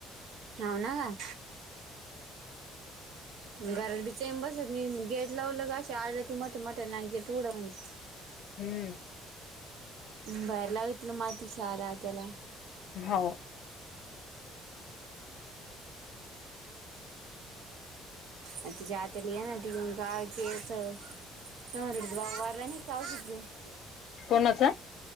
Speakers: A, on the right; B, on the left.
A: हाव ना का घरात बी चैन बसत नई, म गेट लावलं की अशी आराडती, मोठ मोठ्याने गेट उघडा म्हणती.
B: हम्म
A: बाहेर लावतील माती सारा त्याला
B: हौ
A: अन, तिच्या आत्यानी हाय ना ती गंगाळ केसं <unintelligible>
B: कोणाचा?